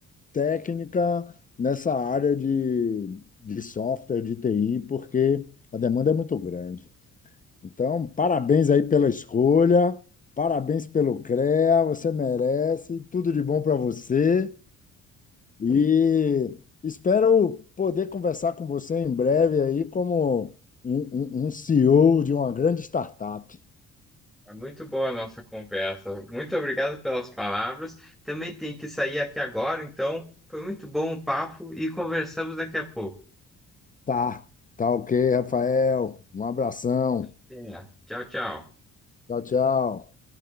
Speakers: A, on the left (about 25°); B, in the centre.
A: técnica nessa área de, de software, de TI, porque a demanda é muito grande. Então, parabéns aí pela escolha, parabéns pelo CREA, você merece, tudo de bom para você e espero poder conversar com você em breve aí como um, um- um CEO de uma grande startup.
B: É muito boa a nossa conversa. Muito obrigado pelas palavras. Também tenho que sair aqui agora, então foi muito bom o papo e conversamos daqui a pouco.
A: Tá, tá ok, Rafael. Um abração.
B: Até. Tchau, tchau.
A: Tchau, tchau.